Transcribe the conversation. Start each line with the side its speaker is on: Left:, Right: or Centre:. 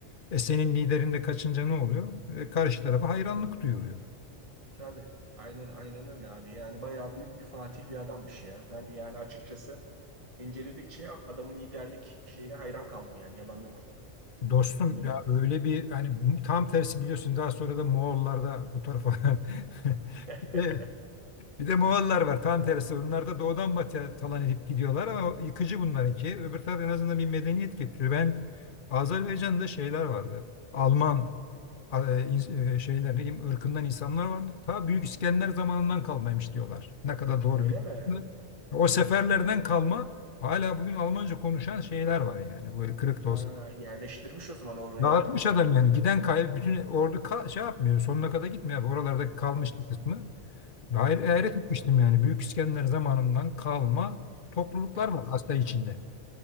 Left: E senin liderin de kaçınca ne oluyor? E, karşı tarafa hayranlık duyuluyor.
Right: Tabii. Aynen aynen öyle abi. Yani bayağı büyük bir fatih bir adammış ya. Ben yani açıkçası inceledikçe adamın liderlik şeyine hayran kaldım yani. Yalan yok.
Left: Dostum
Right: Öyle,
Left: ya öyle bir hani tam tersi biliyorsun daha sonra da Moğollar da bu tarafa <laughs>
Right: <laughs>
Left: bir de bir de Moğollar var tam tersi bunlar da doğudan batıya talan edip gidiyorlar ama o yıkıcı bunlarınki öbür taraf en azından bir medeniyet getiriyor. Ben Azerbaycan'da şeyler vardı Alman a- e, ins- e, şeyler ne diyeyim ırkından insanlar vardı ta Büyük İskender zamanından kalmaymış diyorlar ne kadar doğru
Right: öyle
Left: bir
Right: mi?
Left: o seferlerden kalma hala bugün Almanca konuşan şeyler var yani böyle kırık
Right: Ha,
Left: da olsa.
Right: yerleştirmiş o zaman oraya.
Left: Dağıtmış adam yani. Giden kay bütün ordu ka- şey yapmıyor. Sonuna kadar gitmiyor abi. Oralarda kalmış
Right: Evet.
Left: bir kısmı. Ve hayret, hayret
Right: Evet.
Left: etmiştim yani. Büyük İskender zamanından kalma topluluklar
Right: Evet.
Left: var Asya içinde.